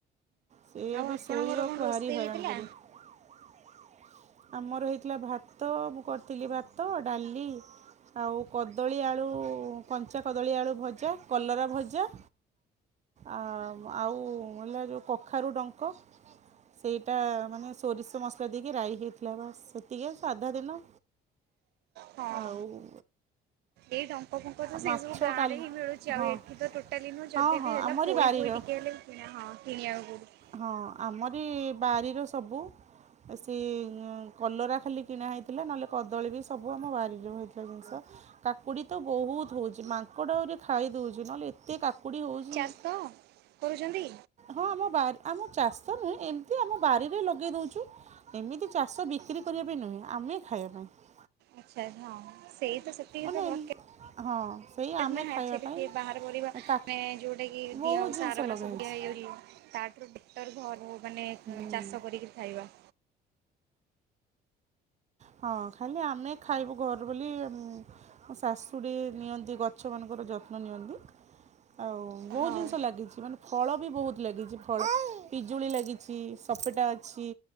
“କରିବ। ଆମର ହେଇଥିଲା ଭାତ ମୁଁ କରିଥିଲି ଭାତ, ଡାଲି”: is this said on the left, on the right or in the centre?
Right